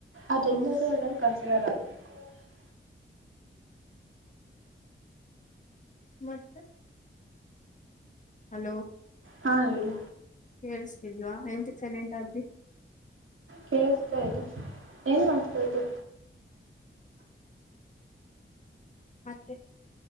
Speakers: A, on the right; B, on the left.
A: ಅದೆಲ್ಲದು
B: ಹ್ಮ್
A: ಅದ್ರಲ್ ಸರಾಬೇಕಬೇಕು <unintelligible>
B: ಮತ್ತೆ ಹಲೋ
A: ಹಾ ಹೇಳಿ
B: ಕೇಳ್ಸ್ತಿಲ್ವಾ ಎಂತ ಚೆನಟಾದಿ
A: ಕೇಳಿಸ್ತಾ ಇದೆ ಏನ್ ಮಾಡ್ತಾ ಇದು
B: ಮತ್ತೆ